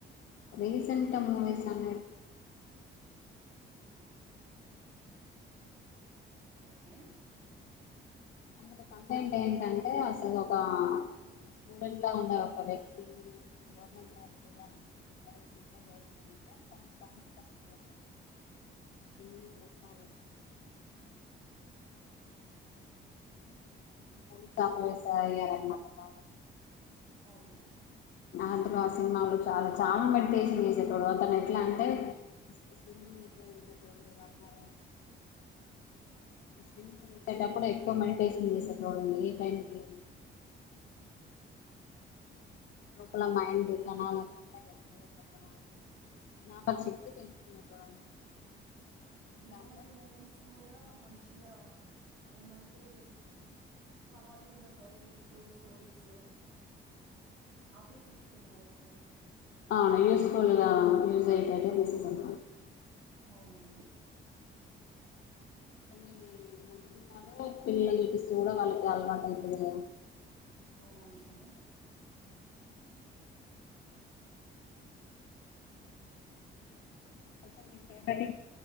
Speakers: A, on the left; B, on the right.
A: రీసెంట్ మూవీస్ అనే <inaudible>
B: ఓకే.
A: అందులో కంటెంట్ ఏంటంటే అసల్ ఒక స్టూడెంలాగున్నరు ఒక వ్యక్తి. గవర్నమెంట్ జాబ్ చేయాలన్నంటే సరే డిసైడ్ చేయలేదే కానీ దానికి కష్టపడత ఎన్ని చేస్తావు <inaudible> పోలీసు ఆ పోలీస్లాగ చేయాలన్మాట. బాగ
B: అవునా
A: అందులో ఆ సినిమాల్లో చాలా చాలా మెడిటేషన్ చేసేటోడు అతను ఎట్ల అంటే స్విమ్మింగ్ ఎక్కువ చేసేటోడు రన్నర్ <inaudible> స్విమ్మింగ్ చేసటప్పుడ్ ఎ క్కువ మెడిటేషన్ చేసేటోడు ఏ టైమ్కి లోపల మైండ్ ఇంధనాల్ అన్ ఉంటాయి గదా జ్ఞాపకశక్తి పెంచుకునేటోడ్ అన్నమాట
B: ఈ
A: దాంట్లో
B: మధ్య మూవీస్ కూడా మంచిగా ఏమంటే సమాజంలో జరిగేవి ట్రూ స్టోరీస్ అవి తీస్తున్నారు ఎక్కువ
A: ఆ యూస్ ఫుల్గా యూజ్ అయ్యేటట్టే తీస్తున్న.
B: అవునండి
A: కొన్ని మంచి సినిమాలు పిల్లల్ చూడ వాళ్ళక్ అలవాటైతది గదా
B: అవునవునండి <inaudible>
A: అయితే మీ ఫేవరెట్